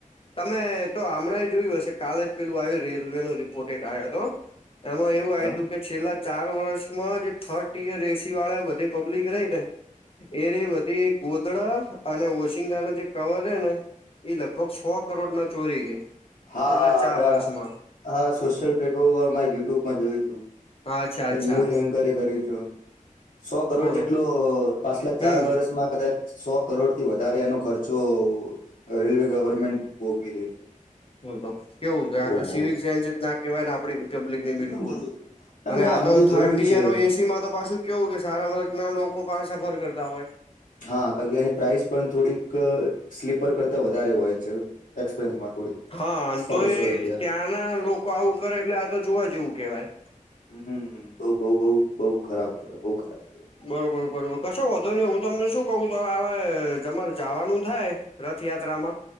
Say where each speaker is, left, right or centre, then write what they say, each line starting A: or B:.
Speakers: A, on the left; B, on the left.
A: તમે તો હમણાં જોયું હશે કાલે જ પેલું આવ્યું રેલવે નો રિપોર્ટ એક આયો તો. એમાં એવું
B: અચ્છા
A: આયું તું કે. છેલ્લા ચાર વર્ષમાં જે થર્ડ ટીયર એસી વાળા બધી પબ્લિક રહી ને. એરી બધી ગોધડા અને ઓશીંગા ના જે કવર રયા ને. ઈ લગભગ સો કરોડ ના ચોરી ગઈ.
B: હા
A: છેલ્લા
B: હા
A: ચાર
B: આપે
A: વર્ષમાં
B: હા સોશિયલ પ્લેટફોર્મ પર મારે યુટ્યુબમાં જોયું તું.
A: અચ્છા
B: એક
A: અચ્છા
B: ન્યૂઝ એન્કરે કરીયુ તુ. સો કરોડ
A: બોલો
B: જેટલો પાછલા
A: હમ્મ
B: ચાર વર્ષમાં કદાચ સો કરોડ થી વધારે એનો ખર્ચો રેલવે ગવર્મેન્ટ ભોગવી રહ્યું છે.
A: બોલો કેવું કે આ
B: ઓહો
A: તો સિવિક સાયન્સ જ ના કહેવાય ને આપડી પબ્લિક ની બિલકુલ
B: એકદમ જરૂર મેં
A: અને
B: હમણાંથી
A: આ તો થર્ડ
B: જોયું
A: ટીયર
B: છે
A: હોય એસી માં તો પાછું કેવું કે સારા વર્ગ ના લોકો પાસા સફર કરતા હોય.
B: હા કારણકે એની પ્રાઇસ પણ થોડીક સ્લીપર કરતાં વધારે હોય છે. એક્સપેન્સમાં થોડીક
A: હા
B: સો
A: તોએ
B: બસો રૂપિયા
A: ત્યાંના લોકો આવું કરે એટલે આ તો જોવા જેવું કેવાય.
B: હમ બઉ બઉ બઉ બઉ ખરાબ કેવાય બઉ ખરાબ કેવાય.
A: બરોબર બરોબર કશો વોધો નહી હું તમને શું કઉ આ જમારે જાવાનું થાય રથ યાત્રામાં.